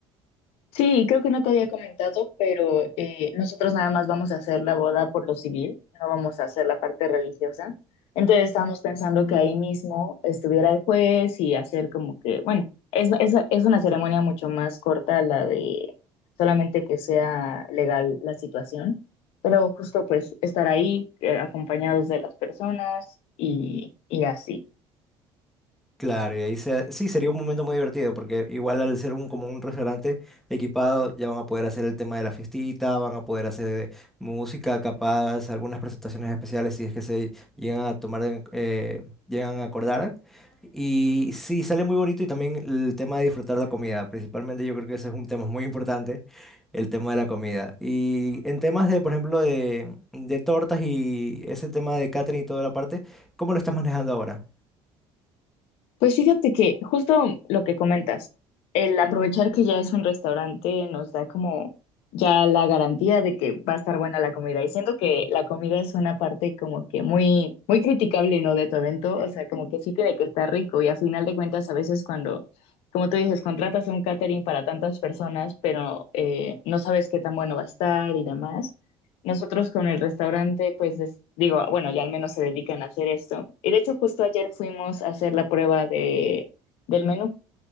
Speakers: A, on the left (about 70°); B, in the centre.
A: Sí, creo que no te había comentado, pero eh, nosotros nada más vamos a hacer la boda por lo civil, no vamos a hacer la parte religiosa. Entonces estábamos pensando que ahí mismo estuviera el juez y hacer como que, bueno, es, es, es una ceremonia mucho más corta la de solamente que sea legal la situación, pero justo pues estar ahí eh, acompañados de las personas y, y así.
B: Claro, y ahí se- sí sería un momento muy divertido, porque igual al ser un como un restaurante equipado, ya van a poder hacer el tema de la fiestita, van a poder hacer música, capaz, algunas presentaciones especiales si es que se llegan a tomar, en- eh, llegan a acordar. Y sí, sale muy bonito y también el tema de disfrutar la comida. Principalmente yo creo que ese es un tema muy importante, el tema de la comida. Y en temas de, por ejemplo, de, de tortas y ese tema de catering y toda la parte, ¿cómo lo estás manejando ahora?
A: Pues fíjate que justo lo que comentas, el aprovechar que ya es un restaurante nos da como ya la garantía de que va a estar buena la comida. Y siento que la comida es una parte como que muy, muy criticable, ¿no? De tu evento. O sea, como que sí cree que está rico. Y a final de cuentas, a veces cuando, como tú dices, contratas un catering para tantas personas, pero eh, no sabes qué tan bueno va a estar y demás. Nosotros con el restaurante, pues es- digo, bueno, ya al menos se dedican a hacer esto. Y de hecho, justo ayer fuimos a hacer la prueba de, del menú.